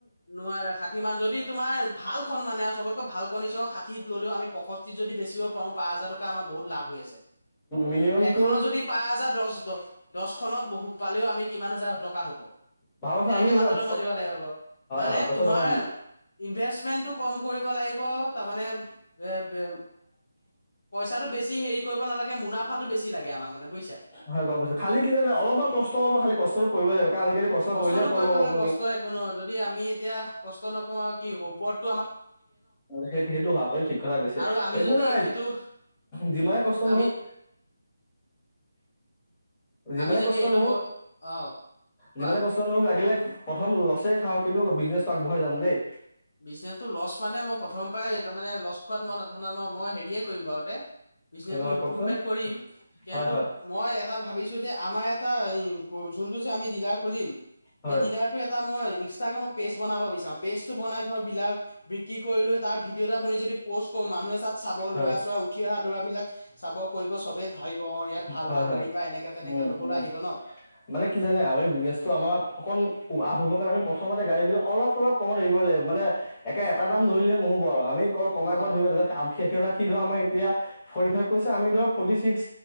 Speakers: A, on the left (about 55°); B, on the left (about 20°).
A: নোৱাৰ ষাঠি মান যদি তোমাৰ ভালখন মানে আৰু চবতকৈ ভাল কনি চ ষাঠিত ললেও আম পষষ্ঠি যদি বেছি পও পাঁচ হাজাৰ টকা আমাৰ বহুত লাভ হৈ আছে,
B: মিনিমামটো
A: বুলি এখনত যদি পাঁচ হাজাৰ দশ দ দছখনত বহু পালেও আমি কিমান হাজাৰ টকা হ'ব।
B: ভাবকচোন
A: তেনেকে
B: আমি
A: মাথাটো
B: হয়
A: মাৰিব লাগিব বাৰু। মানে
B: হয় কথাটো
A: তোমাৰ
B: হয়
A: ইনভেষ্ট মেণ্টটো কম কৰিব লাগিব তাৰ মানে বে বে পইচাটো বেছ চি হেৰি কৰিব নালাগে মুনাফাটো বেছি লাগে আমাক মানে বুজিছা।
B: হয় গম পাইছোঁ খালি কি জানে, অলপমান কষ্ট হ'ব খালি কষ্টটো কৰিবই লাগিব। কাৰণ আজিকালি কষ্ট
A: কষ্টটো
B: কৰিলে ফল
A: কৰিবলৈ
B: পাব আপুনি
A: কষ্ট একো নহয়। যদি আমি এতিয়া কষ্ট নকৰোঁ আৰু কি হ'ব ওপৰত।
B: সেইটো সেইটো হয় আপুনি ঠিক কথা কৈছে
A: আৰু আমি
B: একো
A: যদি
B: নাই।
A: এইটো
B: যিমানে কষ্ট
A: আমি
B: নহওঁক যিমানে
A: আমি যদি
B: কষ্ট
A: এইটো
B: নহওঁক,
A: ব অ কোৱা
B: যিমানে কষ্ট নহওঁক লাগিলে প্ৰথম লছে খাওঁ কিন্তু বিজনেচটো আগবঢ়াই যাম দেই।
A: বিজনেছটো লছ মানে মই প্ৰথম পৰাই তাৰমানে লছ খোৱাত মই মাথা নামাৰোঁ মই হেৰিয়ে কৰিম বাৰু‌ দে। বিজনেছটো
B: হয়
A: ইম্প্ৰুভমেণ্ট
B: কওকচোন
A: কৰিম কিন্তু
B: হয় হয়
A: মই এটা ভাবিছোঁ যে আমাৰ এটা যোনটো যে আমি ডিলাৰ খুলিম
B: হয়
A: সেই ডিলাৰটো এটা মই ইনষ্টাগ্ৰামত পেজ বনাব বিচাৰোঁ। পেজটো বনাই ধৰ ডিলাৰ বিক্ৰী কৰিলোঁ তাৰ ভিডিঅ' এটা বনাই যদি প'ষ্ট কৰোঁ মানুহে তাত চাব
B: হয়
A: ল'ৰা চ'ৰা উঠি অহা ল'ৰাবিলাক চাব কৰিব চবে ভাবিব অ ইয়াত ভাল
B: হয়
A: ভাল
B: হয়
A: গাড়ী পাই, এনেকা তেনেকা
B: উম
A: ল'বলৈ
B: উম
A: আহিব ন।
B: মানে কি জানে আমি বিজনেচটো আমাৰ অকণ, লাভ হবৰ কাৰণে আমি প্ৰথমতে গাড়ী বিলাক অলপ অলপ কম লাগিব। মানে একে এটা দাম ধৰিলে নহ'ব আৰু আমি কমাই
A: অ
B: কমাই ধৰিব লাগে সেইবিলাক সি ধৰা আমাৰ এতিয়া ফৰ্টি ফাইভ কৈছে আমি ধৰা ফৰ্টি ছিক্স